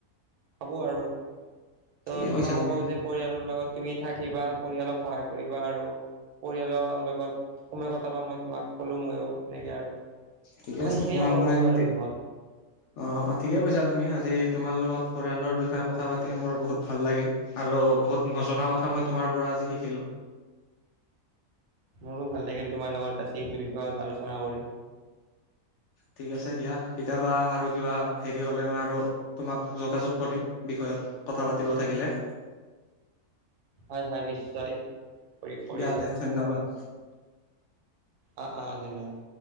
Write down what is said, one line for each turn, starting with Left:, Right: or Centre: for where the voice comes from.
Right: পাব আৰু ত
Left: ঠিকে
Right: তোমাকো
Left: কৈছা তুমি
Right: কওঁ যে পৰিয়ালৰ লগত তুমি থাকিবা পৰিয়ালক সহায় কৰিবা আৰু পৰিয়ালৰ লগত সমে কটাব মই তোমাক ক'লো ময়ো সেনেকে আৰু
Left: ঠিকে
Right: তমই
Left: আছে
Right: সেইখিনিয়ে
Left: তোমাৰ
Right: ক'ব
Left: কথা
Right: খোজোঁ
Left: কিন্তু
Right: আৰু শেষত
Left: অ অ ঠিকে কৈছা তুমি আজি তোমাৰ লগত পৰিয়ালৰ বিষয়ে কথা পাতি মোৰ বহুত ভাল লাগিল আৰু আৰু বহুত নজনা কথা মই তোমাৰ পৰা আজি শিকিলো
Right: মোৰো ভাল লাগিল তোমাৰ লগত আছে এইটো বিষয়ত আলোচনা কৰি
Left: ঠিক আছে দিয়া কেতিয়াবা আৰু কিবা হেৰি হলে মই আৰু তোমাক যোগাযোগ কৰিম বিষয়ত কথা পাতিব থাকিলে।
Right: হয় হয় নিশ্চয় কৰি কৰিবা
Left: গতে ধন্যবাদ
Right: অ অ ধন্যবাদ